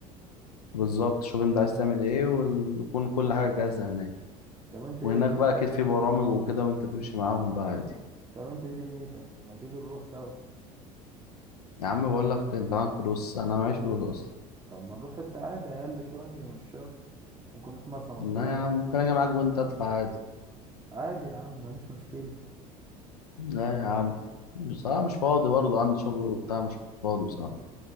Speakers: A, on the left; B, on the right.
A: بالظبط شوف انت عايز تعمل ايه ويكون كل حاجة جاهزة هناك
B: طب انت
A: وهناك
B: ايه دنيتك
A: بقى اكيد في برامج وكده وانت تمشي معاهم بقى عادي
B: طب انت ايه دنيتك ما تيجي نروح سوا
A: يا عم بقول لك انت معاك فلوس انا معيش فلوس اصلا
B: طب ما نروح حتة عادي اقل شوية مش شرط ممكن نروح مرسى مطروح
A: لا يا عم ممكن اجي معاك وانت ادفع عادي
B: عادي يا عم مفيش مشكلة
A: لا يا عم بصراحة مش فاضي برضه عندي شغل وبتاع مش فاضي بصراحة